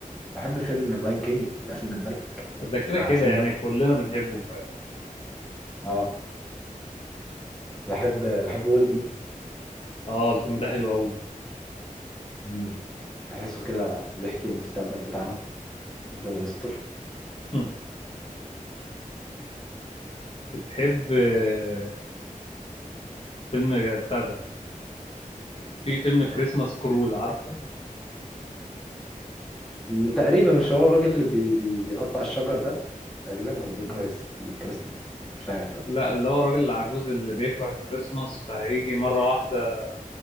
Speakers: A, in the centre; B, on the left.
A: بحب فيلم اللاين كينج الاسد الملك
B: ده كده
A: بتاع
B: كده
A: سيمبا
B: يعني كلنا بنحبه
A: اه بحب بحب وول اي
B: اه الفيلم ده حلو قوي
A: مم. بحسه كده بيحكي المستقبل بتاعنا يفضل يستر
B: هم. بتحب آه، فيلم بتاع ده في فيلم كريسماس كرول عارفه
A: م- تقريبا مش هو الراجل اللي بي بي بيقطع الشجر ده تقريبا او بيكره
B: مم.
A: الس- الكريسماس مش عارف لا
B: لا اللي هو الراجل العجوز اللي بيكره الكريسماس فهيجي مرة واحدة